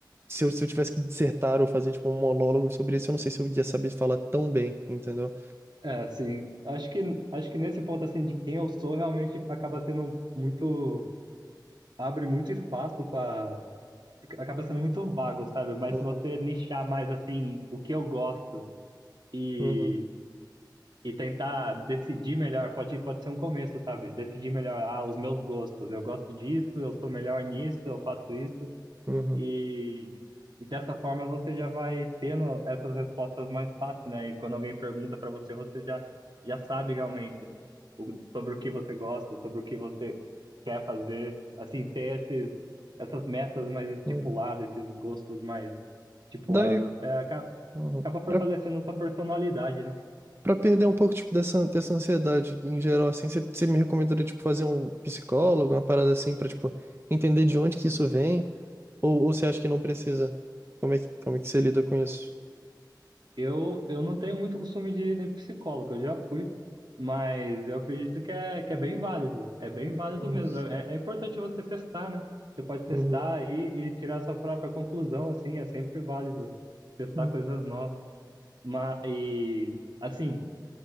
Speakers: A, on the right; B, on the right.
A: Se eu, se eu tivesse que dissertar ou fazer, tipo, um monólogo sobre isso, eu não sei se eu ia saber falar tão bem, entendeu?
B: É, assim, acho que, acho que nesse ponto, assim, de quem eu sou, realmente acaba sendo muito, abre muito espaço para, acaba sendo muito vago, sabe? Mas
A: Uhum,
B: se você nichar mais, assim, o que eu gosto e,
A: uhum,
B: e tentar decidir melhor, pode, pode ser um começo, sabe? Decidir melhor, ah, os meus gostos, eu gosto disso, eu sou melhor nisso, eu faço isso.
A: uhum,
B: E, e dessa forma você já vai tendo essas respostas mais fácil, né? E quando alguém pergunta para você, você já, já sabe realmente o- sobre o que você gosta, sobre o que você quer fazer. Assim, ter esses, essas metas mais estipuladas,
A: uhum.
B: esses gostos mais estipulados,
A: Daí,
B: é, acaba,
A: uhum.
B: acaba fortalecendo
A: Pra,
B: sua personalidade, né?
A: pra perder um pouco, tipo, dessa, dessa ansiedade em geral, assim, você me recomendaria, tipo, fazer um psicólogo, uma parada assim, pra, tipo, entender de onde que isso vem? Ou, ou você acha que não precisa? Como é que, como é que você lida com isso?
B: Eu, eu não tenho muito costume de ir em psicólogo, eu já fui, mas eu acredito que é, que é bem válido. É bem válido
A: Uhum,
B: mesmo. É, é importante você testar, né? Você pode testar
A: uhum,
B: e, e tirar sua própria conclusão, assim, é sempre válido testar
A: uhum,
B: coisas novas. Mas, e, assim,